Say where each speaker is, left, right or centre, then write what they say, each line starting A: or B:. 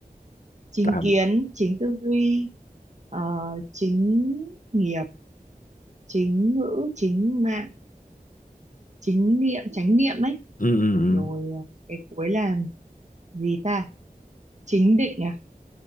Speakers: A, on the right; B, on the left.
A: chính
B: Tạm.
A: kiến chính tư duy ờ, chính nghiệp chính ngữ chính mạng chính niệm chánh niệm ấy
B: Ừ, ừ,
A: rồi à, cái cuối là gì ta chính định à